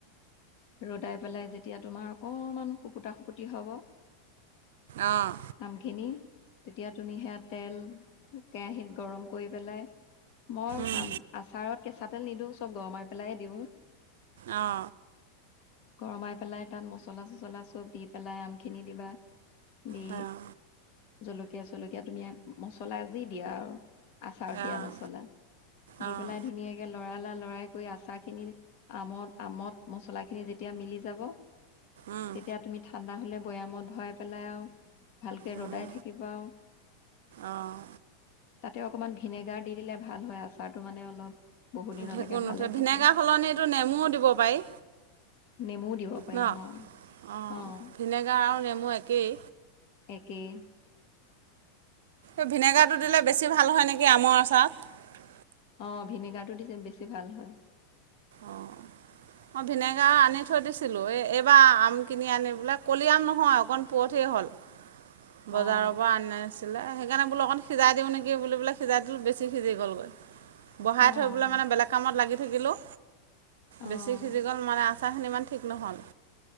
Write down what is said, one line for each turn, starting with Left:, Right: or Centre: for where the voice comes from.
Left: ৰদাই পেলাই যেতিয়া তোমাৰ অকনমান শুপুতা শুপুটি হ'ব
Right: অঁ
Left: আমখিনি তেতিয়া তুমি সেয়া তেল কেৰাহিত গৰম কৰি পেলাই মই
Right: অঁ
Left: আচাৰত কেঁচা তেল নিদিওঁ চব গৰমাই পেলাই দিও
Right: অ
Left: গৰমাই পেলাই তাত মছলা চছলা চব দি পেলাই আমখিনি দিবা দি
Right: অঁ
Left: জলকীয়া চলকীয়া তুমি মচলা যি দিয়া আৰু আচাৰত দিয়া
Right: অঁ
Left: মছলা দি
Right: অঁ
Left: পেলাই ধুনীয়াকে লৰাই লৰা লৰাই কৰি আচাৰ খিনি আমত আমত মছলা খিনি যেতিয়া মিলি যাব
Right: উম
Left: তেতিয়া তুমি ঠাণ্ডা হলে বৈয়ামত ভৰাই পেলাই আও ভালকে
Right: উম
Left: ৰদাই থাকিবা
Right: অঁ
Left: তাতে অকণমান ভিনেগাৰ দি দিলে ভাল হয় আচাৰটো মানে অলপ বহুত দিনলৈকে
Right: ভেকুৰ নুঠে
Left: ভালে
Right: ভিনেগাৰ
Left: থাকে
Right: সলনিটো নেমুও দিব পাৰি
Left: নেমুও দিব পাৰি
Right: ন
Left: অঁ
Right: অ
Left: অঁ
Right: ভিনেগাৰ আৰু নেমু একেই
Left: একেই
Right: এই ভিনেগাৰটো দিলে বেছি ভাল হয় নেকি আমৰ আচাৰত
Left: অ ভিনেগাৰটো দিছে বেছি ভাল হয়
Right: অঁ <unintelligible> অ ভিনেগাৰ আনি থৈ দিছিলো এই এইবাৰ আম কিনি আনি পোলে কলি আম নহয় অকন পো কে হ'ল বজাৰৰ
Left: অঁ
Right: পৰা আনিছিলে সেইকাৰণে বো অকণ সিজাই দিওঁ নেকি বুলি বোলে সিজাই দিল বেছি সিজি গলগৈ বাহাই
Left: অঁ
Right: থৈবলৈ মানে বেলেগ কামত লাগি থাকিলো
Left: অঁ
Right: বেছি সিজি গ'ল মানে আচাৰখিনি ইমান ঠিক নহ'ল